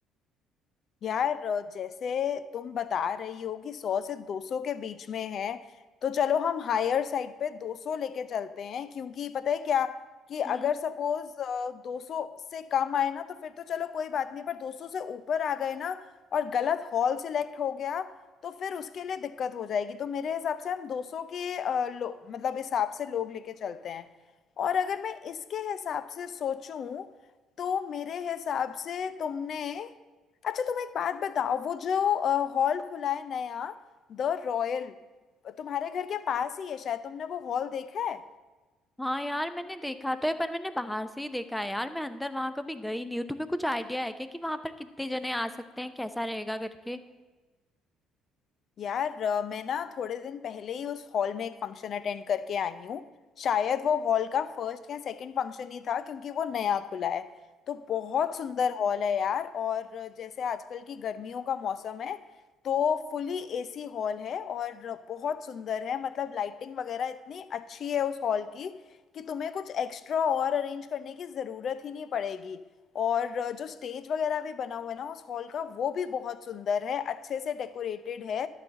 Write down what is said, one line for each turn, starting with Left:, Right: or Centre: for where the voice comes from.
Left: यार अ, जैसे तुम बता रही हो कि सौ से दो सौ के बीच में है तो चलो हम हायर साइड पे दो सौ लेके चलते हैं क्योंकि पता है क्या कि
Centre: हम्म
Left: अगर सपोज दो सौ से कम आए ना तो फिर तो चलो कोई बात नहीं पर दो सौ से ऊपर आ गए ना और गलत हॉल सिलेक्ट हो गया तो फिर उसके लिए दिक्कत हो जाएगी तो मेरे हिसाब से हम दो सौ के अ, लो, मतलब हिसाब से लोग लेके चलते हैं और अगर मैं इसके हिसाब से सोचूं तो मेरे हिसाब से तुमने अच्छा तुम एक बात बताओ वो जो हॉल खुला है नया द रॉयल तुम्हारे घर के पास ही है शायद तुमने वो हॉल देखा है
Centre: हाँ यार मैंने देखा तो है पर मैंने बाहर से ही देखा है यार मैं अंदर वहां कभी गई नहीं हूँ तुम्हें कुछ आइडिया है क्या कि वहां पर कितने जने आ सकते हैं कैसा रहेगा करके
Left: यार अ, मैं ना थोड़े दिन पहले ही उस हॉल में एक फंक्शन अटेंड करके आई हूँ शायद वो हॉल का फर्स्ट या सेकंड फंक्शन ही था क्योंकि वो नया खुला है तो बहुत सुंदर हॉल है यार और जैसे आजकल की गर्मियों का मौसम है तो फुली एसी हॉल है और बहुत सुंदर है मतलब लाइटिंग वगैरह इतनी अच्छी है उस हॉल की कि तुम्हें कुछ एक्स्ट्रा और अरेंज करने की ज़रूरत ही नहीं पड़ेगी और जो स्टेज वगैरह भी बना हुआ है ना उस हॉल का वो भी बहुत सुंदर है अच्छे से डेकोरेटेड है